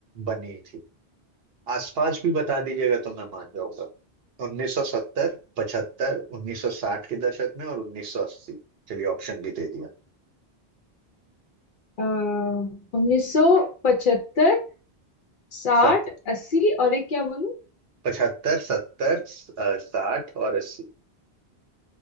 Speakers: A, on the right; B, on the left.
A: बनी थी आसपास भी बता दीजिएगा तो मैं मान जाऊंगा 1970 75 1960 के दशक में और 1980 चलिए ऑप्शन भी दे दिया
B: उन्नीस सौ पचहत्तर साठ
A: सत
B: अस्सी और एक क्या बोलूं
A: पचहत्तर सत्तर साठ और अस्सी